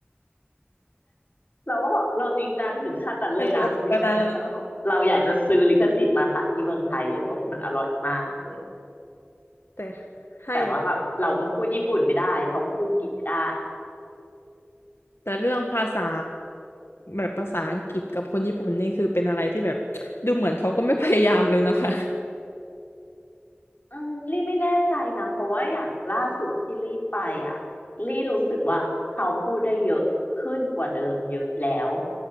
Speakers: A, on the left; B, on the left.
A: เราก็แบบเราจริงจังถึงขั้นนั้นเลยนะเราจริงจังถึงขั้นว่าแบบเราอยากจะซื้อลิขสิทธิ์มาขายที่เมืองไทยเลยเพราะว่ามันอร่อยมากเลย
B: มันแบบมานานแล้วแต่ให้เลย
A: แต่ว่าแบบเราก็พูดญี่ปุ่นไม่ได้เขาก็พูดอังกฤษไม่ได้
B: แต่เรื่องภาษาแบบภาษาอังกฤษกับคนญี่ปุ่นนี่คือเป็นอะไรที่แบบดูเหมือนเขาก็ไม่พยายามเลยเนาะค่ะ
A: อืมลี่ไม่แน่ใจนะเพราะว่าอย่างล่าสุดที่ลี่ไปอ่ะลี่รู้สึกว่าเขาพูดได้เยอะขึ้นกว่าเดิมเยอะแล้ว